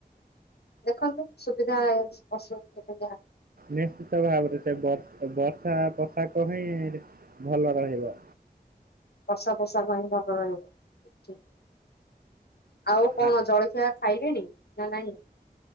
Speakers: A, on the left; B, on the right.
A: ଦେଖନ୍ତୁ ସୁବିଧା ଅସୁବିଧା
B: ନିଶ୍ଚିତ ଭାବରେ ସେ ବର୍ଷା ପୋଷାକ ହିଁ ଭଲ ରହିବ।
A: ବର୍ଷା ପୋଷାକ ହିଁ ଭଲ ରହିବ ଆଉ କଣ
B: ଆ,
A: ଜଳଖିଆ ଖାଇଲେଣି ନା ନାଇଁ?